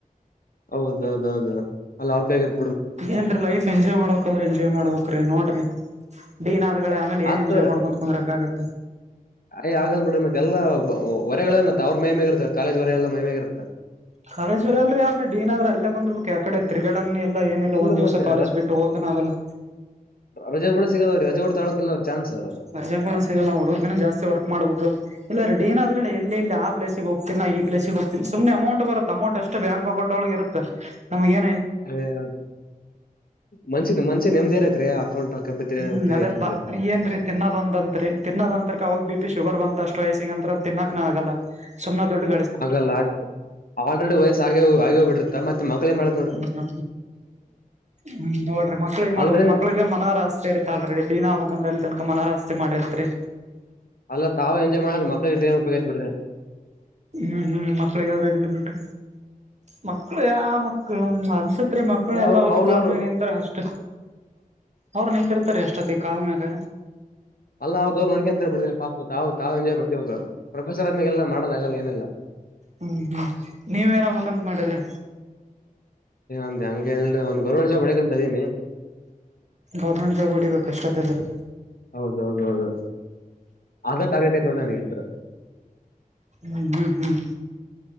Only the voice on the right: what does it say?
ಏನ್ರೀ ಲೈಫ್ ಎಂಜಾಯ್ ಮಾಡಕ್ಾದ್ರೆ ಎಂಜಾಯ್ ಮಾಡ್ಬೇಕಕ್್ರಿ ನೋಡ್ರಿ ಡಿನಾದ್ಗಳೇ ಆಮೇಲೆ ಏನ್
ಎಂಜಾಯ್ ಮಾಡ್ಕೊಂಡು ಕುಂದರಕ ಆಗತ್ತೆ
ಕಾಲೇಜ ಬರ ಅಲ್ರಿ ಯಕ ಏನ್ರ ಅಲ್ಲೇಂದ್ಬೇಕು ಯಕ ಕಡೆ ತಿಗಡಂಗ್ ಎಲ್ಲಏನು
ಒಂದ ದಿವಸ
ಕಾಲಜ್ ಬಿಟ್ಟು ಹೋಗೋನ್ಾಗಲ್ಲ
ಸಜ ಸಲ್ಲ ಹುಡುರ್ಗ ಜಸ್ತಿ ವಕ್ ಮಾಡ್ಬೇಕು ಇಲ್ಲ ರ ಡನ್ಾದ್ ಎಲ್ಲಿ ಆ ಪ್ಲೇಿಗೆ ಹೋಗ್ೀನ ನಾ ಪ್ಲೇಸ ಹೋಗತೀನ ಸು್ನೆ ಅಮೌಟ್ ಬರತ್ತ ಅಮೌಂಟ್ಷ್ಟು ಎಷ್ಟ ಬ್ಯಾಕ್ಕೌಟ್ ಒಳ ಇರುತ್ತೆ ನಮ್ ಏ
ಹ್ಮ್
ಅದೇ
ಬಾ ಏನ್ರೀ ತಿನ್ನೋದಂದಂರಿ ತಿನ್ನದಂತ ಅವಾಗ ಬಿ ಪಿ ಶುಗರ್ ಬಂತ ಅಷ್ಟ ವಯಸ್ಸಿಗೆ ಅಂತ ತಿನ್ನೋಕ ಆಗಲ್ಲ ಸುಮಥ ದೊಡ್ಡಡಿ
ಹ್ಮ ಹ್ಮ್ ನೋಡ್ರಿ ಮಕ್ಳಿಗೆ ಮಾಡ್ಬೇಕಕ್
ಮಕ್ಳಗ ಮನೋರಾಸ್ತಿ ಇತಲ್ರಿ ದಡಿನಾ ಹಬಕಂಗ ಅಲ್ಲಿ ತನಕ ಮನೋರಾಸ್ತಿ ಮಾಡಿರ್ತ್ರಿ
ಹ್ಮ್ ಹ್ಮ್ ಮಕ್ಳಿಗಾದ್ರೆ ಎ ಬಟ್ರಿ ಮಕ್ಕಳ ಯ ಮಕ್ಳ ಅನ್ಸತ್ರಿ ಮಕ್ಳ
ಎಲ್ಲ
ಅವ್ರನು
ಕಾಲ್ ಮೇ ನಿಂತತ್ ಅಷ್ಟ ಅವರು ನಿಂತಿರ್ತಾರೆ ಅಷ್ಟತಿ ಕಾಲ್ ಮ್ಯಾಗ
ಹ್ಮ್ ಹ್ಮ್ ನೀವ್ ಏನ್ಬೇಕಂತ ಮಾಡಿ್ರ
ಗೌರ್ಮೆಂಟ್ ಜಾಬ್ ಹೊಡಿಬೇಕುಷ್ಟೊತ್ತದರು
ಹ್ಮ್ ಹ್ಮ್ ಹ್ಮ್